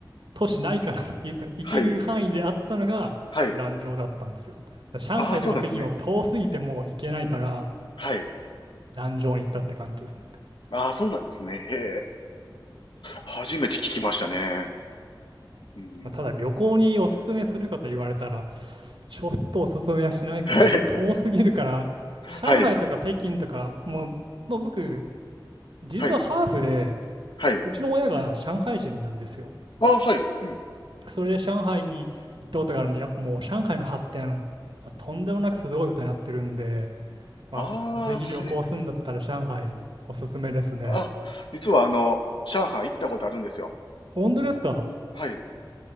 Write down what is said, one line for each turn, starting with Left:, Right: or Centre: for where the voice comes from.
Right: 都市ないかなっていうの行ける範囲であったのが蘭城だったんですよ。
Left: はい。はい。
Right: だから上海とか北京は遠すぎてもう行けないから
Left: ああ、そうなんですね。はい。
Right: 蘭城に行ったって感じですね。
Left: ああ、そうなんですね。へえ。初めて聞きましたね。うん。
Right: まあ、ただ旅行におすすめするかと言われたらちょっとおすすめはしないかな。
Left: <laughs>
Right: ちょっと遠すぎるから上海とか北京とかもう、
Left: はい。
Right: まあ、僕実はハーフで
Left: はい。はい。
Right: うちの親が上海人なんですよ。
Left: ああ、はい。うん。
Right: それで上海に行ったことがあるんで、やっぱもう上海の発展、まあ、とんでもなくすごいことになってるんで、まあ、
Left: ああ、
Right: ぜひ旅行するんだったら上海おすすめですね。
Left: はい。あ、実はあの、上海行ったことあるんですよ。
Right: 本当ですか
Left: はい。